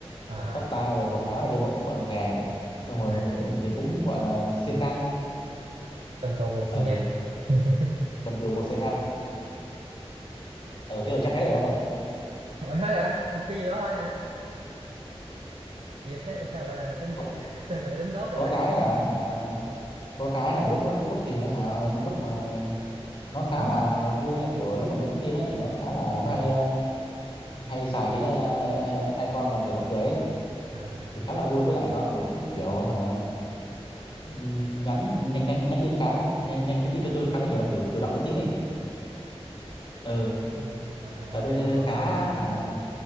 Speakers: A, on the right; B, on the left.
A: à
B: tóc tai rồi quần áo này kia gọi cũng gọn gàng xong rồi
A: ừ.
B: ờ, thì cũng gọi là siêng năng
A: cần cầu bồ
B: ờ
A: siêng năng <laughs>
B: gần gũi bột siêng năng ừ thế rồi chắc hết rồi ông ạ
A: Ờ, hết hả cái gì đó thôi à vậy thế mà sao gọi là tính
B: có
A: <laughs> sao gọi là tính tốt được
B: có cái là hả có cái là lúc nó lúc thì hả lúc mà nó khá
A: ừ.
B: là vui nha kiểu lúc mà nhắn tin á thì nó khá là
A: à,
B: nó hay ờ, hay xài cái ờ, icon mà kiểu mặt cười ấy
A: à,
B: thì khá là vui với lại nó cũng kiểu hả ừm, nhắn nhắn nhắn, nhắn tin khá nhắn, nhắn, nhắn tin cho tôi khá là nhiều kiểu chủ động nhắn tin ấy ừ
A: nói chung à, à,
B: tại
A: ok
B: tôi
A: tôi hiểu
B: khá
A: tôi hiểu tôi hiểu,
B: hả
A: tôi hiểu.